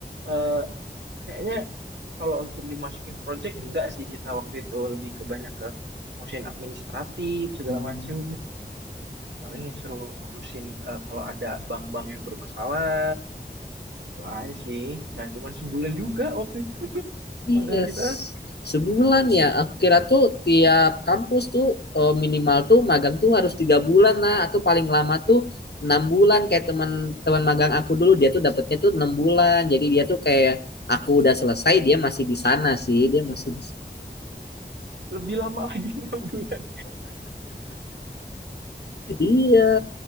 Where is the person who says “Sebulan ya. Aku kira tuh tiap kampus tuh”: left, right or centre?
Left